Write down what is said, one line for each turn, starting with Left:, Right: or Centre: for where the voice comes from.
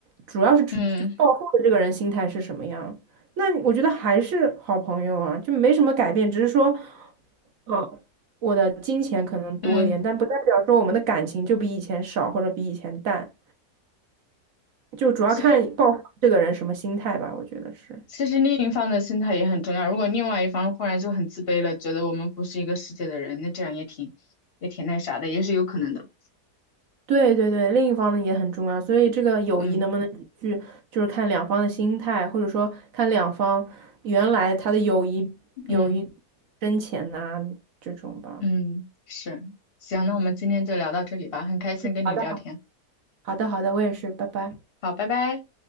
Right: 主要是这这暴富的这个人心态是什么样。
Left: 嗯
Right: 那我觉得还是好朋友啊，就没什么改变，只是说，嗯，我的金钱可能多一点，
Left: 嗯，
Right: 但不代表说我们的感情就比以前少或者比以前淡，就主要看暴富这个人什么心态吧，
Left: 其实。
Right: 我觉得是。
Left: 其实另一方的心态也很重要。如果另外一方忽然就很自卑了，觉得我们不是一个世界的人，那这样也挺也挺那啥的，也是有可能的。
Right: 对对对，另一方呢也很重要，所以这个友谊能不能去，
Left: 嗯
Right: 就是看两方的心态，或者说看两方原来他的友谊友谊
Left: 嗯
Right: 深浅呐、这种吧。
Left: 嗯，是。行，那我们今天就聊到这里吧，很开心跟你聊天。
Right: 好的。好的好的，我也是，拜拜。
Left: 好，拜拜。